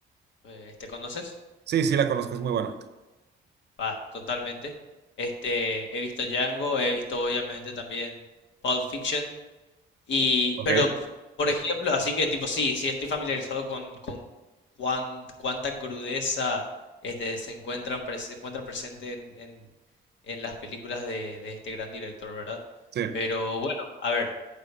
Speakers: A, on the left; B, on the right.
A: eh, este, conoces?
B: Sí, sí, la conozco, es muy buena.
A: Va, totalmente. Este, he visto Django, he visto obviamente también Pulp Fiction. Y,
B: Ok.
A: pero, por ejemplo, así que tipo, sí, sí estoy familiarizado con, con cuán- cuánta crudeza este, se encuentran, pres- se encuentra presente en, en- en las películas de, de este gran director, ¿verdad?
B: Sí.
A: Pero bueno, a ver,